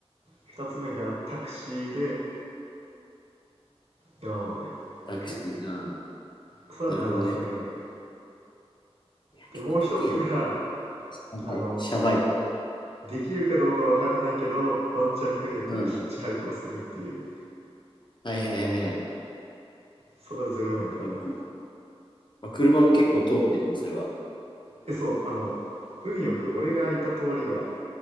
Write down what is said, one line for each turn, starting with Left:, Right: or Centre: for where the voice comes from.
Right: 2つ目がタクシーで山まで来る
Left: タクシー。うん。
Right: それは7,000円ぐらい
Left: なるほどね。いや、
Right: でもう一つが
Left: 結構高えな。やばい。
Right: あの
Left: シャバい。
Right: できるかどうかわからないけど、ワンチャンにかけてヒッチハイクをするっていう。
Left: うん。はいはいはいはい。
Right: それは0円だから。
Left: うんまあ、車も結構通ってるの、それは。
Right: え、そう、あの、運よく俺がいた通りが、